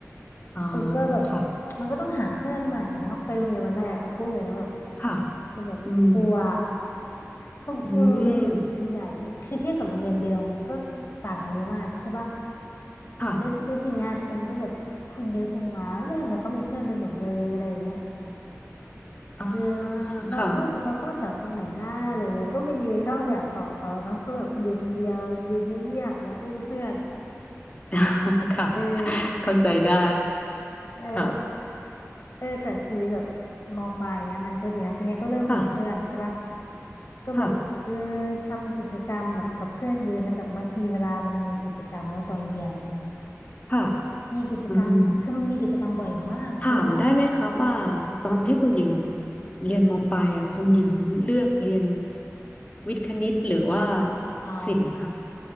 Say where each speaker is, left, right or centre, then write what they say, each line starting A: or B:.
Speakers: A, on the left (about 25°); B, on the left (about 45°).
A: อ่า
B: เออก็แบบ
A: ค่ะ
B: มันก็ต้องหาเพื่อนใหม่เนาะไปโรงเรียนวันแรกอ่ะพูดเลยนะแบบ
A: ค่ะ
B: มันแบบกลัว
A: อืม
B: คือคือโรงเรียนมันใหญ่คือเทียบกับโรงเรียนเดิมมันก็ต่างกันเยอะมากใช่ป่ะ
A: อืมค่ะ
B: แล้วแล้วทีเนี้ยมันก็แบบคนเยอะจังวะเอ๊ะทำไมเขามีเพื่อนไปหมดเลยอะไรอย่างเงี้ย
A: อ่า
B: เออเราเข้าเราเข้าแถวตรงไหนหน้าอะไรอย่างเงี้ยก็ไปยืนเข้าแถวต่อเขาเนาะก็แบบอยู่คนเดียวยืนเงียบๆเงี้ยไม่มีเพื่อน
A: ค่ะ <laughs> ค่ะ
B: เออ
A: เข้าใจได้
B: แล้วแบบ
A: ค่ะ
B: เออแต่ชีวิตแบบมปลายเงี้ยมันก็ดีนะทีเนี้ยก็เริ่มมีเพื่อนแล้วใช่ปะ
A: ค่ะ
B: ก็แบบเออ
A: ค่ะ
B: ทำกิจกรรมแบบกับเพื่อนเยอะนะแบบบางทีเวลามันมีกิจกรรมเนาะตอนเรียนเนี่ย
A: ค่ะ
B: มีกิจกรรมคือมันมีกิจกรรมบ่อยมากเพราะว่า
A: อืมถามได้ไหมคะว่าตอนที่คุณหญิงเรียนมปลายอะคุณหญิงเลือกเรียนวิทย์คณิตหรือว่า
B: อ๋อ
A: ศิลป์ค่ะ